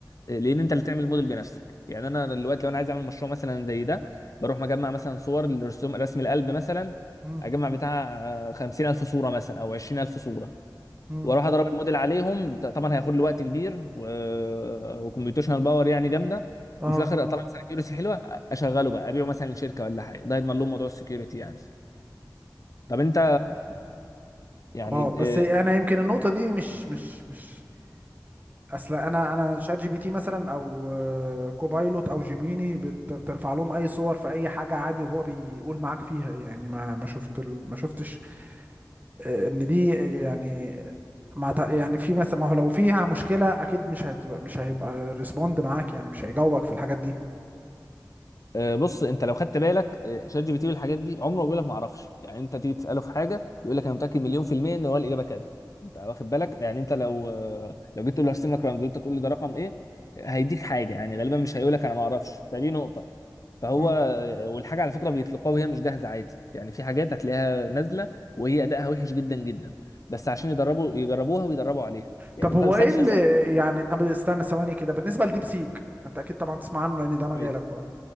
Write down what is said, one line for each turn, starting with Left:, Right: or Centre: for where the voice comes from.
Left: لان انت اللي تعمل الموديل بنفسك يعني انا دلوقتي لو انا عايز اعمل مشروع مثلا زي ده بروح مجمع مثلا صور لرسوم رسم القلب مثلا
Right: مم.
Left: اجمع بتاع خمسين الف صوره مثلا او عشرين الف صوره
Right: مم.
Left: واروح اضرب الموديل عليهم ط- طبعا هياخد لي وقت كبير و... وكمبيوتيشنال باور يعني جامده
Right: اه
Left: وفي الاخر اطلع مثلا كيوريسي حلوه اشغله بقى ابيعه مثلا لشركه ولا حاجه ده يضمن لهم موضوع السكيورتي يعني طب انت
Right: مم.
Left: يعني
Right: اه بس
Left: آه،
Right: انا يمكن النقطه دي مش مش مش اصل انا انا شات جي بي تي مثلا او آه، كوبايلوت او جيميني بت- بترفع لهم اي صور في اي حاجه عادي وهو بيقول معاك فيها يعني ما ما شفت ال- ما شفتش آه، ان دي يعني ما تع- يعني في مثلا ما هو لو فيها مشكله اكيد مش هتبقى مش هيبقى ريسبوند معاك يعني مش هيجاوبك في الحاجات دي
Left: آه، بص انت لو خدت بالك آه، شات جي بي تي والحاجات دي عمره ما بيقول لك ما اعرفش يعني انت تيجي تساله في حاجه يقول لك انا متاكد مليون في الميه ان هو الاجابه كذا انت واخد بالك يعني انت لو آه، لو جيت تقول له هرسم لك رمز وانت تقول لي ده رقم ايه هيديك حاجه يعني غالبا مش هيقول لك انا ما اعرفش فدي نقطه فهو
Right: مم.
Left: آه، والحاجه على فكره بيطلقوها وهي مش جاهزه عادي يعني في حاجات هتلاقيها نازله وهي ادائها وحش جدا جدا بس عشان يدربوا يجربوها ويدربوا عليها يعني
Right: طب
Left: انت
Right: هو
Left: ما سالتش
Right: ايه اللي
Left: نفسك
Right: يعني طب استنى ثواني كده بالنسبه لديب سيك
Left: ايوه
Right: انت اكيد طبعا تسمع عنه لان ده مجالك
Left: ايوه
Right: و...